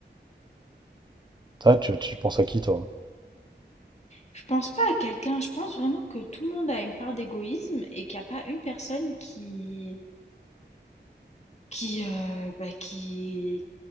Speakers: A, on the right; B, on the left.
A: toi, tu, tu penses à qui, toi?
B: Je pense pas à quelqu'un, je pense vraiment que tout le monde a une part d'égoïsme et qu'il n'y a pas une personne qui qui euh, bah, qui